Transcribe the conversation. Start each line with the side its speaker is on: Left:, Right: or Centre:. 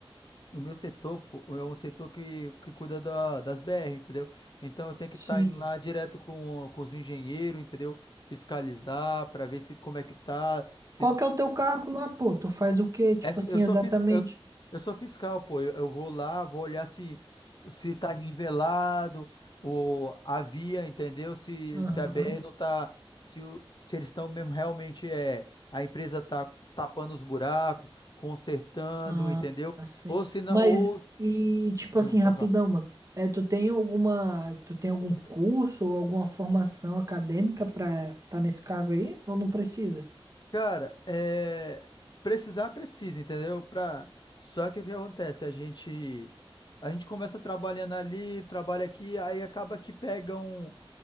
Left: o meu setor, pô, é um setor que, que cuida da, das BR, entendeu? Então eu tenho que
Right: Sim.
Left: estar indo lá direto com, com os engenheiros, entendeu? Fiscalizar para ver se como é que tá. se
Right: Qual que é o teu cargo lá, pô? Tu faz o quê, tipo
Left: É fi-
Right: assim,
Left: eu sou
Right: exatamente?
Left: fiscal, eu, eu sou fiscal, pô. Eu, eu vou lá, vou olhar se se tá nivelado o a via, entendeu? Se
Right: Aham.
Left: se a BR não tá, se o- se eles estão mesmo realmente é a empresa tá tapando os buracos, consertando,
Right: Ah,
Left: entendeu?
Right: assim.
Left: Ou se não,
Right: Mas,
Left: ou
Right: e tipo assim,
Left: Hum, pode
Right: rapidão,
Left: falar.
Right: mano. É, tu tem alguma, tu tem algum curso ou alguma formação acadêmica pra tá nesse cargo aí? Ou não precisa?
Left: Cara, é, precisar precisa, entendeu? Pra... Só que o que acontece? A gente a gente começa trabalhando ali, trabalha aqui, aí acaba que pegam